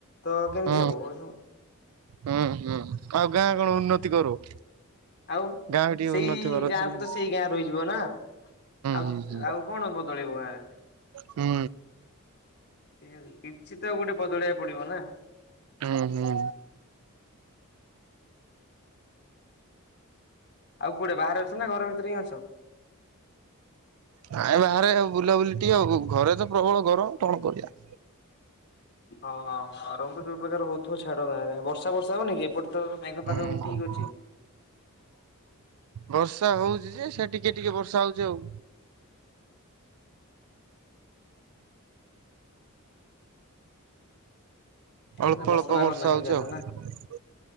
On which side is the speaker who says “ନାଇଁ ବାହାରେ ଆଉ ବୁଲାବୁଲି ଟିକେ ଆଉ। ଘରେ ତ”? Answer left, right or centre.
Right